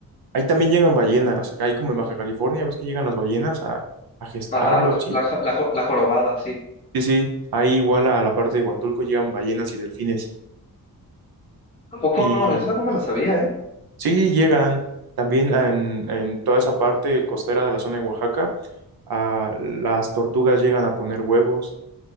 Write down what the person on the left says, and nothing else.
Ajá,
la,
la, la, jo- la jorobada, sí.
Tampoco
no, esa no me la sabía, ¿eh?